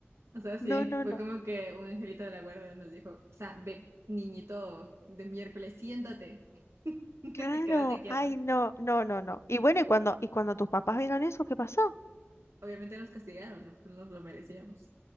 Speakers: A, on the right; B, on the left.
A: O sea, sí,
B: No, no,
A: fue
B: no.
A: como que un angelito de la guarda nos dijo, o sea, ve, niñito de miércoles, siéntate, <laughs>
B: Claro,
A: quédate quieto.
B: ay, no, no, no, no. Y bueno, y cuando, y cuando tus papás vieron eso, ¿qué pasó?
A: Obviamente nos castigaron, no No nos lo merecíamos.